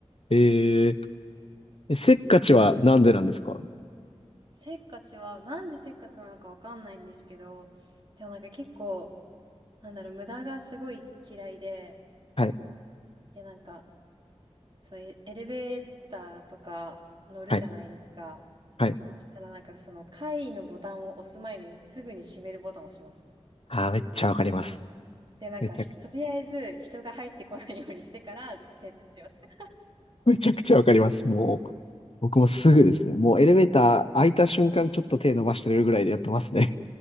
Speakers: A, on the left; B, on the right.
A: えええせっかちはなんでなんですか
B: せっかちは、なんでせっかちなのかわかんないんですけど、でもなんか結構、なんだろう、無駄がすごい嫌いで、
A: はい
B: で、なんか、そういうエレベーターとか乗るじゃないですか。
A: はい。はい。
B: そしたらなんかその階のボタンを押す前にすぐに閉めるボタンを押しますね。
A: ああ、めっちゃわかります。
B: で、なんかひ、
A: めちゃく、
B: とりあえず人が入ってこないようにしてから選択します。
A: めちゃくちゃわかります。もう、僕もすぐですね。もうエレベーター開いた瞬間ちょっと手伸ばしてるぐらいでやってますね。